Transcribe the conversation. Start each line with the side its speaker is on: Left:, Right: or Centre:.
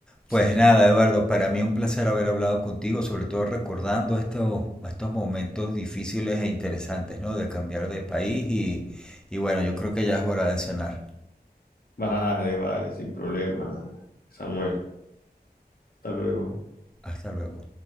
Centre: pues
Left: Sí. <laughs>
Centre: nada, Eduardo, para mí un placer haber hablado contigo, sobre todo recordando estos, estos momentos difíciles e interesantes, ¿no? De cambiar de país y, y bueno, yo creo que ya es hora de cenar.
Left: Vale, vale, sin problema, Samuel. Hasta luego.
Centre: Hasta luego.